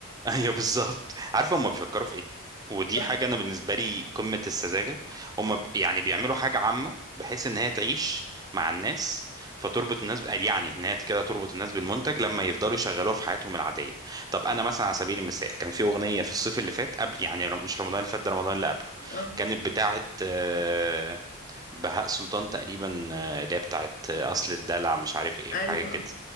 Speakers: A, on the right; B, on the left.
A: <laughs> ايوه بالظبط عارفة هما بيفكروا في ايه ودي
B: <laughs>
A: حاجة انا بالنسبة لي قمة السذاجة هما ب- يعني بيعملوا حاجة عامة بحيث ان هي تعيش مع الناس فتربط الناس ب- يعني ان هي كده تربط الناس بالمنتج لما يفضلوا يشغلوها في حياتهم العادية طب انا مثلا على سبيل المثال كان في اغنية في الصيف اللي فات قبل يعني رم- مش رمضان اللي فات ده رمضان اللي قبله
B: اه
A: كانت بتاعة آه، بهاء سلطان تقريبا آه، اللي هي بتاعت آه، اصل الدلع مش عارف ايه
B: ايوه
A: وحاجه كده